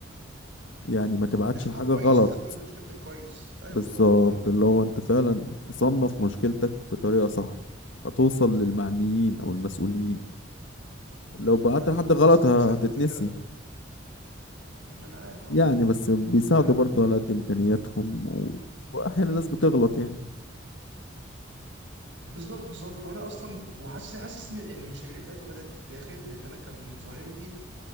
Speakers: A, on the left (about 80°); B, on the right (about 70°).
A: يعني ما تبعتش
B: اختار
A: الحاجة
B: كويس
A: غلط
B: تختار من مشكلتك كويس ايوه
A: بالظبط
B: بالظبط اه
A: اللي هو انت فعلا تصنف مشكلتك بطريقة صح هتوصل للمعنيين او المسؤولين
B: أمم.
A: لو بعت
B: وعلى فكره
A: لحد
B: هم
A: غلط
B: اصلا
A: ه-
B: بيساعدوك
A: هتتنسي
B: في كده أمم، انا عارف اه
A: يعني بس بيساعدوا
B: انا
A: برضو على قد امكانياتهم و... واحيانا الناس
B: أمم.
A: بتغلط يعني
B: بالظبط بالظبط وانا اصلا وحاسس حاسس ان إن المشاريع بتاعتهم بدات تتاخد لان انا كان ظاهر لي